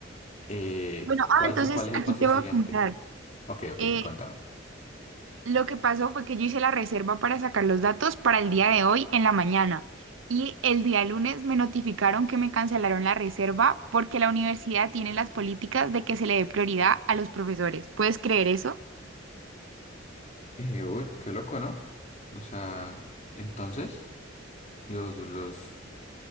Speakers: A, on the left; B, on the right.
A: eh,
B: Bueno, ah,
A: ¿cuál
B: entonces
A: es, cuál es
B: aquí
A: el paso
B: te
A: siguiente?
B: voy a contar.
A: Ok, ok,
B: Eh,
A: contame.
B: lo que pasó fue que yo hice la reserva para sacar los datos para el día de hoy en la mañana y el día lunes me notificaron que me cancelaron la reserva porque la universidad tiene las políticas de que se le dé prioridad a los profesores. ¿Puedes creer eso?
A: Eh, uy, qué loco, ¿no? O sea, entonces, los, los,